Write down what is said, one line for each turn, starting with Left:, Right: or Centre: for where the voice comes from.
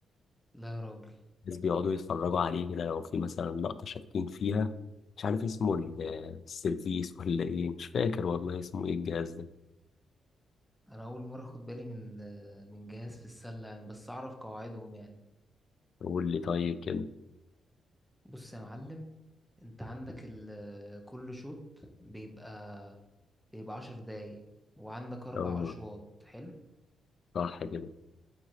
Centre: لا يا راجل
Left: الناس بيقعدوا يتفرجوا عليه كده لو في مثلا لقطة شاكين فيها مش عارف اسمه ال- السيرفيس ولا إيه مش فاكر والله اسمه إيه الجهاز ده
Centre: انا اول مرة اخد بالي من آه، من جهاز في السلة يعني بس اعرف قواعدهم يعني
Left: قول لي طيب كده
Centre: بص يا معلم انت عندك ال- كل شوط بيبقى بيبقى عشر دقايق وعندك اربع
Left: آه
Centre: اشواط حلو
Left: صح كده